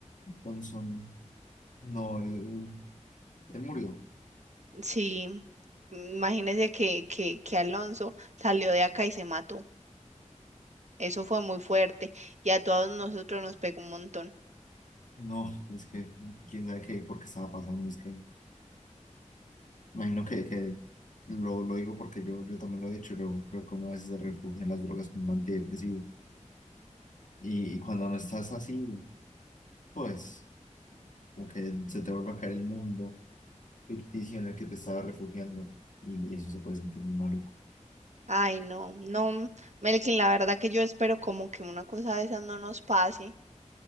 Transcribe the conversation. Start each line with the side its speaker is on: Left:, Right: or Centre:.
Left: Johnson, no, él, él murió.
Right: Sí, imagínese que, que, que Alonso salió de acá y se mató. Eso fue muy fuerte y a todos nosotros nos pegó un montón.
Left: No, es que quién sabe qué, por qué estaba pasando, es que imagino que, que lo, lo digo porque yo, yo también lo he dicho, yo creo que uno a veces se refugia en las drogas como un antidepresivo y, y cuando no estás así, pues como que se te vuelve a caer el mundo ficticio en el que te estaba refugiando y, y eso se puede sentir muy maluco.
Right: Ay, no, no, Melkin, la verdad que yo espero como que una cosa de esas no nos pase.